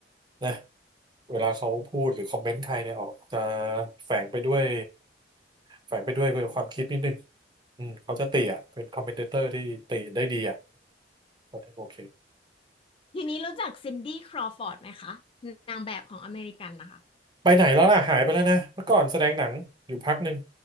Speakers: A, on the right; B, on the left.
A: นะเวลาเขาพูดหรือคอมเมนต์ใครเนี่ยออกจะแฝงไปด้วยแฝงไปด้วยความคิดนิดนึงอืมเขาจะตีอ่ะเป็นคอมเมนเตอร์ที่ตีได้ดีอ่ะก็ได้โอเค
B: ทีนี้รู้จักซินดี้ครอฟอร์ดไหมคะนางแบบของอเมริกันนะคะ
A: ไปไหนแล้วล่ะหายไปแล้วนะเมื่อก่อนแสดงหนังอยู่พักหนึ่ง